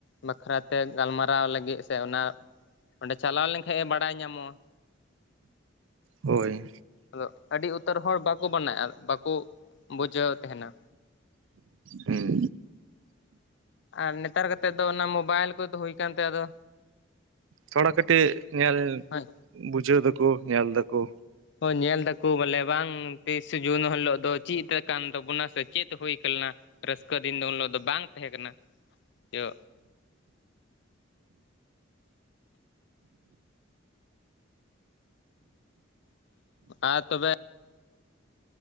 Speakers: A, on the left; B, on the right.
A: ᱵᱟᱠᱷᱨᱟ ᱛᱮ ᱜᱟᱞᱢᱟᱨᱟᱣ ᱞᱟᱹᱜᱤᱫ ᱥᱮ ᱚᱱᱟ ᱚᱸᱰᱮ ᱪᱟᱞᱟᱣ ᱞᱮᱱᱠᱷᱟᱡ ᱜᱮ ᱵᱟᱲᱟᱭ ᱧᱟᱢᱚᱜᱼᱟ᱾
B: ᱦᱳᱭ
A: ᱟᱫᱚ ᱟᱹᱰᱤ ᱩᱛᱟᱹᱨ ᱦᱚᱲ ᱵᱟᱠᱚ ᱵᱟᱱᱟᱼᱟ ᱵᱟᱠᱚ ᱵᱩᱡᱷᱟᱹᱣ ᱛᱟᱦᱮᱱᱟ
B: ᱦᱮᱸ
A: ᱟᱨ ᱱᱮᱛᱟᱨ ᱠᱟᱛᱮᱜ ᱫᱚ ᱚᱱᱟ ᱢᱳᱵᱟᱭᱤᱞ ᱠᱚᱫᱚ ᱦᱩᱭ ᱵᱷᱮᱜᱟᱨ ᱠᱟᱱᱛᱮ ᱟᱫᱚ
B: ᱛᱷᱚᱲᱟ ᱠᱟᱹᱴᱤᱡ ᱧᱮᱞ
A: ᱦᱳᱭ
B: ᱵᱩᱡᱷᱟᱹᱣ ᱫᱟᱠᱚ ᱧᱮᱞ ᱮᱫᱟᱠᱩ
A: ᱦᱳᱭ ᱧᱮᱞ ᱫᱟᱠᱚ ᱵᱚᱞᱮ ᱵᱟᱝ ᱛᱤᱥᱥᱮ ᱡᱩᱱ ᱦᱤᱞᱳᱜ ᱫᱚ ᱪᱮᱫ ᱠᱟᱱ ᱛᱟᱵᱚᱱᱟ ᱥᱮ ᱪᱮᱫ ᱦᱩᱭ ᱞᱮᱱᱟ ᱨᱟᱹᱥᱠᱟᱹ ᱫᱤᱱ ᱫᱚ ᱩᱱ ᱦᱤᱞᱳᱜ ᱫᱚ ᱵᱟᱝ ᱛᱟᱦᱮᱸ ᱠᱟᱱᱟ ᱡᱚ ᱟᱨ ᱛᱚᱵᱮ